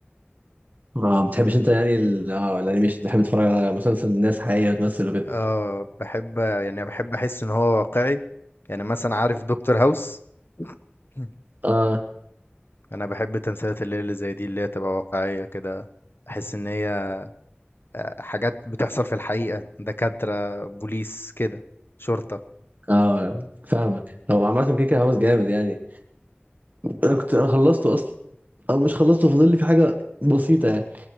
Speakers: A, on the right; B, on the left.
A: اه ما بتحبش انت يعني ال... اه الانيميشن بتحب تتفرج على مسلسل الناس حقيقية وتمثل وكده
B: اه بحب يعني بحب احس ان هو واقعي يعني مثلا عارف دكتور هاوس مم.
A: اه
B: انا بحب تمثيلات الليل اللي زي دي اللي هي تبقى واقعية كده احس ان هي آه، حاجات بتحصل في الحقيقة دكاترة بوليس كده شرطة
A: اه فاهمك هو عامة كيكة هاوس جامد يعني انا كنت انا خلصته اصلا او مش خلصته فاضل لي في حاجة بسيطة يعني